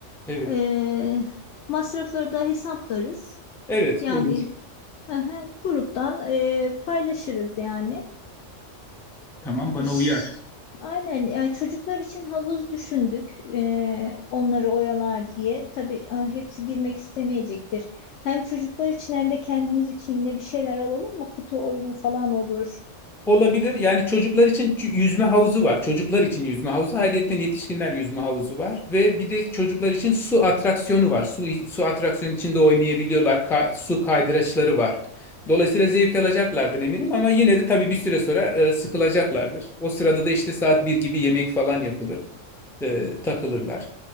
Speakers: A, in the centre; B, on the left (about 70°).
A: Evet.
B: Ee, masrafları da hesaplarız.
A: Evet
B: Yani
A: olur.
B: aha, gruptan e, paylaşırız yani.
A: Tamam bana
B: İş-
A: uyar.
B: Aynen yani çocuklar için havuz düşündük eee, onları oyalar diye. Tabii ah, hepsi girmek istemeyecektir. Hem çocuklar için hem de kendimiz için yine bir şeyler alalım mı? Kutu oyunu falan olur.
A: Olabilir. Yani çocuklar için çü- yüzme havuzu var. Çocuklar için yüzme havuzu. Ayrıca yetişkinler yüzme havuzu var. Ve bir de çocuklar için su atraksiyonu var. Su, su atraksiyonu içinde oynayabiliyorlar. Ka- su kaydıraçları var. Dolayısıyla zevk alacaklardır eminim ama yine de tabii bir süre sonra e, sıkılacaklardır. O sırada da işte saat bir gibi yemek falan yapılır. E, takılırlar.